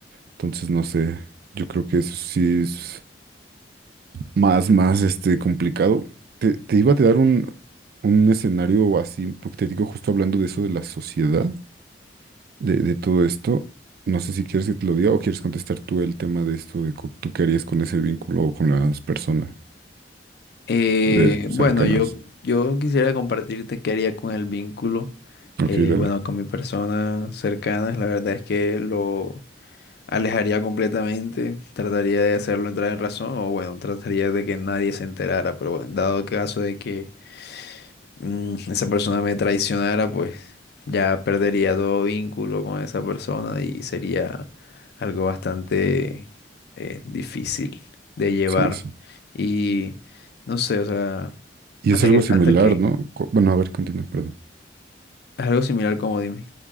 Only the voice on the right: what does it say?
Entonces, no sé, yo creo que eso sí es. más, más este, complicado. Te, te iba a dar un, un escenario así hipotético, justo hablando de eso de la sociedad, de, de todo esto. No sé si quieres que te lo diga o quieres contestar tú el tema de esto, de co- tú qué harías con ese vínculo o con las personas
de cercanas.
Ok, dale.
Sí, sí.
Y
es algo
similar,
¿no? Co- Bueno, a ver, continúa, perdón.